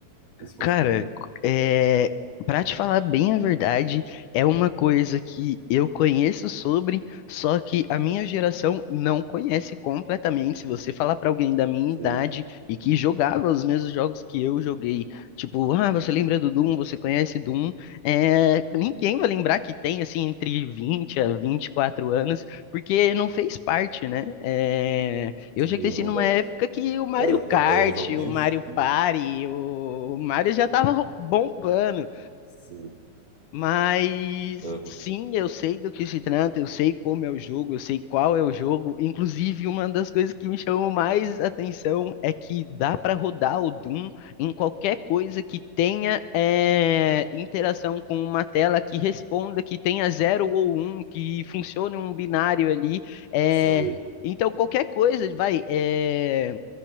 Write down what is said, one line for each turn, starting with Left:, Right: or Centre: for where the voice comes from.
Right: Isso você
Left: Cara,
Right: lembra?
Left: é, pra te falar bem a verdade, é uma coisa que eu conheço sobre, só que a minha geração não conhece completamente. Se você falar pra alguém da minha
Right: Sim,
Left: idade e que jogava os mesmos jogos que eu joguei, tipo, ah, você lembra do Doom? Você conhece Doom? É, ninguém vai lembrar que tem, assim, entre 20 a 24 anos, porque não fez parte, né? É, eu
Right: sim,
Left: já cresci
Right: é verdade.
Left: numa época que o Mario
Right: Era,
Left: Kart,
Right: era um jogo bem
Left: o Mario
Right: antigo.
Left: Party, o o Mario já tava ro- bombando.
Right: Sim,
Left: Mas
Right: aham.
Left: sim, eu sei do que se trata, eu sei como é o jogo, eu sei qual é o jogo. Inclusive, uma das coisas que me chamou mais atenção é que dá pra rodar o Doom em qualquer coisa que tenha eh, interação com uma tela que responda, que tenha zero ou um, que funcione um binário ali. eh,
Right: Sim,
Left: então, qualquer coisa, vai. eh,